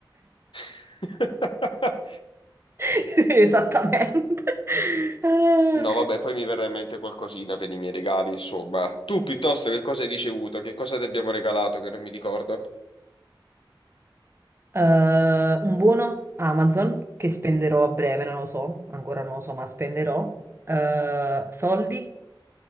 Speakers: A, on the left; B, on the right.
A: <laughs>
B: <laughs> Esattamente. Ah,
A: No, vabbè, poi mi verrà in mente qualcosina per i miei regali, insomma. Tu piuttosto che cosa hai ricevuto? Che cosa ti abbiamo regalato che non mi ricordo?
B: Eh, un buono Amazon che spenderò a breve, non lo so, ancora non lo so, ma spenderò. Eh, soldi,